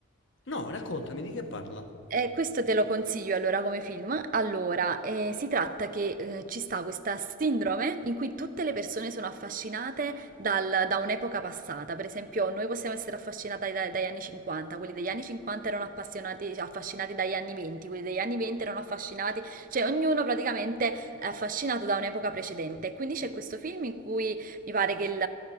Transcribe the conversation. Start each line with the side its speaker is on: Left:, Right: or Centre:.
Left: No, raccontami di che parla.
Right: Eh, questo te lo consiglio allora come film. Allora, eh, si tratta che eh, ci sta questa sindrome in cui tutte le persone sono affascinate dal- da un'epoca passata. Per esempio, noi possiamo essere affascinati dai- dagli anni 50, quelli degli anni 50 erano appassionati, cioè, affascinati dagli anni 20, quelli degli anni 20 erano affascinati, cioè ognuno praticamente è affascinato da un'epoca precedente. Quindi c'è questo film in cui mi pare che il,